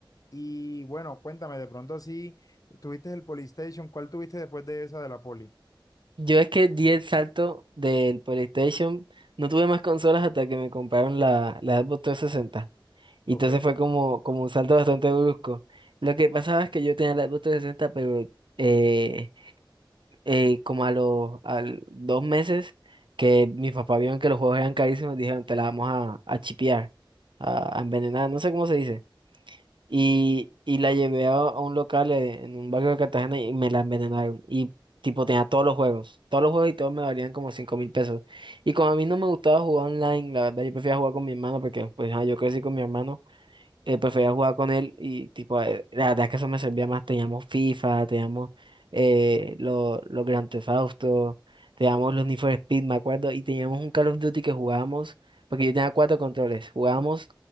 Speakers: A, on the left; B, on the right.
A: Y bueno, cuéntame, de pronto así, tuviste el Polystation, ¿cuál tuviste después de esa de la Poli?
B: Yo es que di el salto del PlayStation, no tuve más consolas hasta que me compraron la, la Xbox 360. Y
A: Ok,
B: entonces fue como, como un salto bastante brusco. Lo que pasaba es que yo tenía la Xbox 360, pero eh, eh, como a los al dos meses que mis papás vieron que los juegos eran carísimos, dijeron, te la vamos a, a chipear, a, a envenenar, no sé cómo se dice. Y,
A: sí,
B: y la llevé a, a un local eh, en un barrio de Cartagena y me la envenenaron. Y tipo tenía todos los juegos, todos los juegos y todos me valían como cinco mil pesos. Y como a mí no me gustaba jugar online, la verdad yo prefería jugar con mi hermano porque pues ah, yo crecí con mi hermano eh, prefería jugar con él y tipo, eh, la verdad es que eso me servía más, teníamos FIFA, teníamos eh, lo- los Grand Theft Auto, teníamos los Need for Speed, me acuerdo, y teníamos un Call of Duty que jugábamos, porque yo tenía cuatro controles, jugábamos